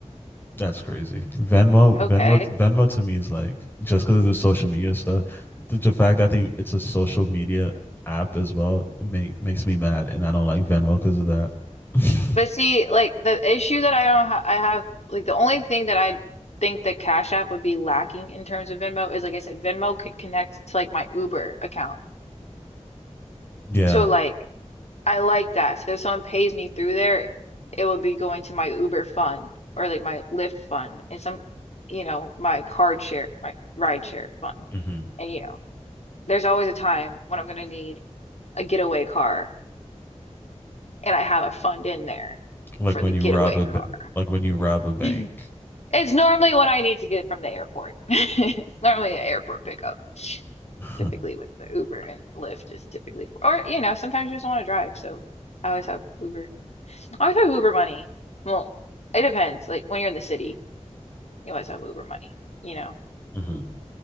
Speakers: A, on the left; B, on the left.
A: That's crazy. Venmo,
B: "Okay."
A: Venmo, Venmo to me is like just because of the social media stuff. The, the fact that I think it's a social media app as well make, makes me mad, and I don't like Venmo because of that. <laughs>
B: But see, like the issue that I don't ha I have like the only thing that I think that Cash App would be lacking in terms of Venmo is like I said, Venmo could connect to like my Uber account.
A: yeah,
B: So like I like that. So if someone pays me through there, it would be going to my Uber fund or like my Lyft fund and some, you know, my card share, my ride share fund.
A: Mm-hmm.
B: And you know, there's always a time when I'm gonna need a getaway car and I have a fund in there
A: like
B: for
A: when
B: the
A: you
B: getaway
A: rob a
B: car.
A: like when you rob a bank.
B: <clears throat> <laughs> It's normally what I need to get from the airport. <laughs> It's normally an airport pickup,
A: <laughs>
B: typically with the Uber and Lyft is typically for, or you know, sometimes you just want to drive, so I always have Uber. I always have Uber money. Well, it depends. Like when you're in the city, you always have Uber money, you know.
A: Mm-hmm.